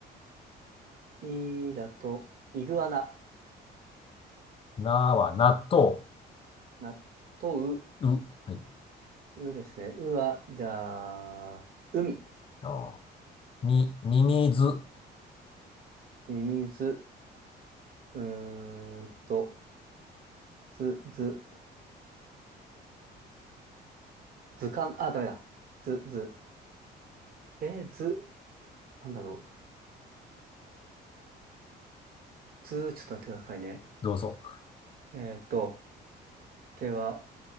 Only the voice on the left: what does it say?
なは納豆。
う。はい。
あみ、ミミズ。
どうぞ。